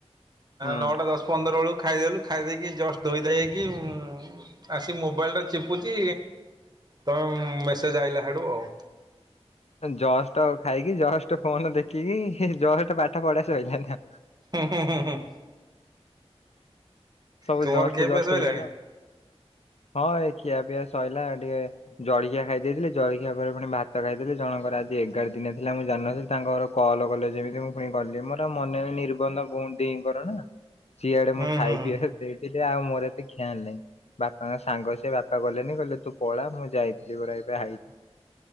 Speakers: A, on the left; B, on the right.
A: ହୁଁ
B: ନଅଟା ଦଶ ପନ୍ଦର ବେଳକୁ ଖାଇଦେଲୁ ଖାଇ ଦେଇକି ଜଷ୍ଟ ଧୋଇଧାଇକି ଉଁ। ଆସି ମୋବାଇଲ୍ ଟା ଚିପୁଚି ତ ମେସେଜ୍ ଆଇଲା ହାଡ଼ୁ ଆଉ।
A: ଜଷ୍ଟ ଖାଇକି ଜଷ୍ଟ ଫୋନ ଦେଖିକି ଜଷ୍ଟ ପାଠ ପଢା ସଇଲା ଏନା।
B: ହୁଁ ହୁଁ ହୁଁ ହୁଁ।
A: ସବୁ
B: ତୁମର
A: ଜଷ୍ଟ
B: ଖିଆ
A: ଜଷ୍ଟ
B: ପିଆ ସଇଲାଣି?
A: ହେଇଗଲା ଆଉ। ହଁ ଏ ଖିଆପିଆ ସଇଲା ଟିକେ ଜଳଖିଆ ଖାଇ ଦେଇଥିଲି ଜଳଖିଆ ପରେ ପୁଣି ଭାତ୍ ଖାଇଥିଲି ଜଣଙ୍କର ଆଜି ଏଗାରଦିନ ଥିଲା ମୁଁ ଜାଣିନଥିଲି ତାଙ୍କ ଘର କଲ୍ କଲେ ଯେମିତି ମୁଁ ଫୁଣି ଗଲି ମୋର ଆଉ ମନେ ନିର୍ବନ୍ଧ ଭଉଣୀ ଦେଇଙ୍କର ନା ସିଆଡ଼େ
B: ହୁଁ
A: ମୁଁ ଖାଇପିଏ
B: ହୁଁ ହୁଁ
A: ଦେଇଚି ଯେ ଆଉ ମୋର ଏତେ ଖିଆଲ୍ ନାଇ। ବାପାଙ୍କ ସାଙ୍ଗ ସେ ବାପା ଗଲେନି କହିଲେ ତୁ ପଳା ମୁଁ ଯାଇଥିଲି ପରା ଏବେ ହାଇଚ